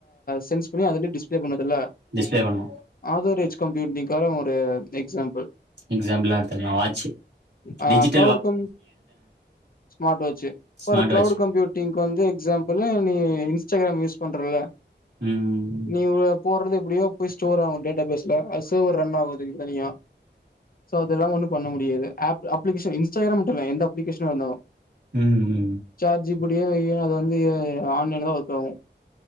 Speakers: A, on the left (about 50°); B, on the right (about 70°).
A: சென்ஸ் பண்ணி அதுலே‌ டிஸ்பளே பண்ணதுல்ல
B: டிஸ்பிளே பண்ணும்
A: ஆது ஒரு எசஜ் கம்ப்யூடிங் க்கான ஒரு எக்ஸாம்பிள்
B: எக்ஸாம்பிளா எடுத்தா வாட்சு
A: ஆ
B: டிஜிட்
A: கிளவுட் கம் ஸ்மார்ட் வாட்சு
B: smart
A: ஒரு cloud
B: watch
A: computing வந்து எக்ஸாம்பிள் நீ இன்ஸ்டாகிராம் யூஸ் பண்றல
B: ம்
A: நீ இவ்ளோ போறது எப்டியோ போய்ஸ்டோர் ஆகும் டேட்டாபேஸ்ல அது சேர்வர் ரன் ஆகும் அதுக்கு தனியா சோ அது இல்லாம ஒண்ணும் பண்ண முடியாது ஆஃப் அப்ளிகேஷன் இன்ஸ்டாகிராம் மட்டும்ல்ல எந்த அப்ளிகேஷனும் இருந்தாலும்
B: ம் ம்
A: chat G P T A I அது வந்து ஆன்லைன் தா ஒர்க் ஆகு